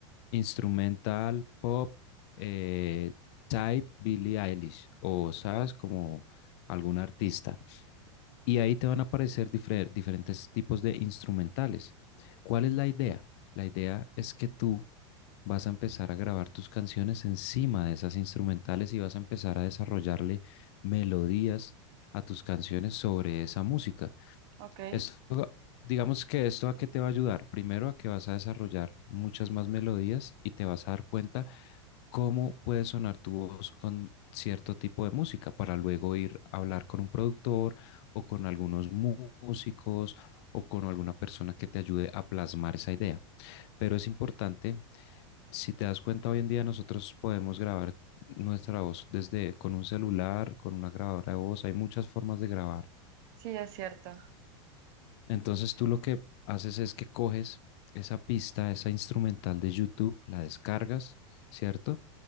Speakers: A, on the left (about 60°); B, on the right (about 50°).
A: instrumental, pop, eh, type Billie Eilish o, sabes, como algún artista y ahí te van a aparecer difer- diferentes tipos de instrumentales. ¿Cuál es la idea? La idea es que tú vas a empezar a grabar tus canciones encima de esas instrumentales y vas a empezar a desarrollarle melodías a tus canciones sobre esa música.
B: ok,
A: Esto, digamos que esto a qué te va a ayudar. Primero a que vas a desarrollar muchas más melodías y te vas a dar cuenta cómo puede sonar tu voz con cierto tipo de música para luego ir a hablar con un productor o con algunos mu- músicos o con alguna persona que te ayude a plasmar esa idea. Pero es importante, si te das cuenta, hoy en día nosotros podemos grabar nuestra voz desde con un celular, con una grabadora de voz, hay muchas formas de grabar
B: sí, es cierto,
A: entonces tú lo que haces es que coges esa pista, esa instrumental de YouTube, la descargas, ¿cierto?